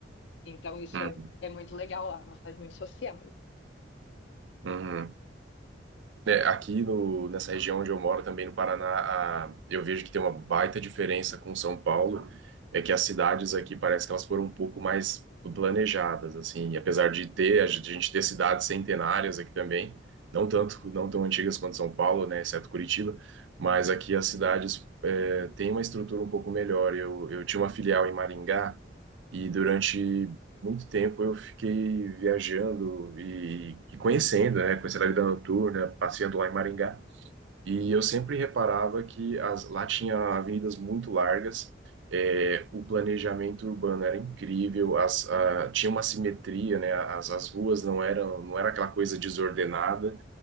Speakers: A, on the left; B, on the right.
A: Então isso
B: Uhum.
A: é, é muito legal lá, é uma cidade muito social.
B: Uhum. É, aqui no, nessa região onde eu moro, também no Paraná, a- eu vejo que tem uma baita diferença com São Paulo. É que as cidades aqui parece que elas foram um pouco mais planejadas, assim, e apesar de ter, a gente a gente ter cidades centenárias aqui também, não tanto, não tão antigas quanto São Paulo, né, exceto Curitiba, mas aqui as cidades é, têm uma estrutura um pouco melhor. Eu, eu tinha uma filial em Maringá. E durante muito tempo eu fiquei viajando e, e conhecendo, né? Conhecendo a vida noturna, passeando lá em Maringá. E eu sempre reparava que as, lá tinha avenidas muito largas, é, o planejamento urbano era incrível, as, a, tinha uma simetria, né? As, as ruas não eram, não era aquela coisa desordenada.